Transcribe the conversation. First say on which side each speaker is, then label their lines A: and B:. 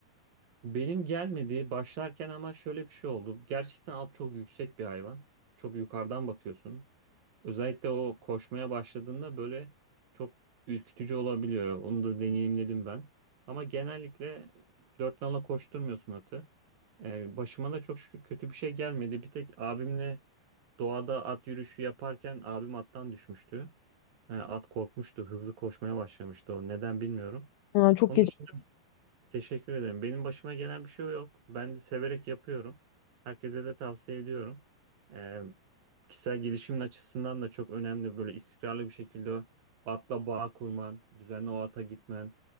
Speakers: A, on the right; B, on the left.
A: Benim gelmedi başlarken ama şöyle bir şey oldu. Gerçekten at çok yüksek bir hayvan. Çok yukarıdan bakıyorsun. Özellikle o koşmaya başladığında böyle çok ürkütücü olabiliyor. Onu da deneyimledim ben. Ama genellikle dört nala koşturmuyorsun atı. Ee, başıma da çok şükür kötü bir şey gelmedi. Bir tek abimle doğada at yürüyüşü yaparken abim attan düşmüştü. Ee, at korkmuştu, hızlı koşmaya başlamıştı o. Neden bilmiyorum.
B: Aa, çok
A: Onun
B: geç.
A: Teşekkür ederim. Benim başıma gelen bir şey yok. Ben de severek yapıyorum. Herkese de tavsiye ediyorum. Ee, kişisel gelişimin açısından da çok önemli. Böyle istikrarlı bir şekilde o atla bağ kurman, düzenli o ata gitmen.